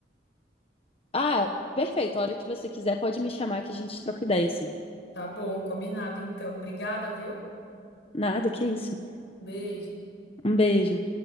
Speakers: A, on the left (about 35°); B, on the left (about 75°).
A: Ah, perfeito. A hora que você quiser, pode me chamar que a gente troca ideia, assim.
B: Tá bom, combinado então. Obrigada, viu?
A: Nada, que isso.
B: Beijo.
A: Um beijo.